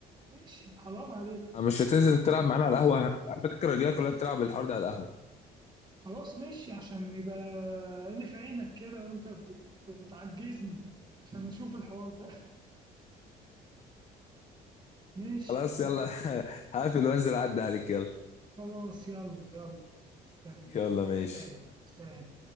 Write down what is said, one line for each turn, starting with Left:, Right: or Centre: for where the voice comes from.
Right: ماشي حرام عليك والله
Left: آه، مش هتنزل تلعب معانا على القهوة على فكرة الرجالة كلها بتلعب الحوار ده على القهوة
Right: خلاص ماشي عشان يبقى عيني في عينك كده وانت بت... بتعجزني عشان نشوف الحوار ده <laughs> ماشي
Left: خلاص يلا <laughs> هقفل وانزل اعدي عليك يلا
Right: خلاص يلا يلا استنيك
Left: يلا
Right: يلا
Left: ماشي
Right: سهل سهل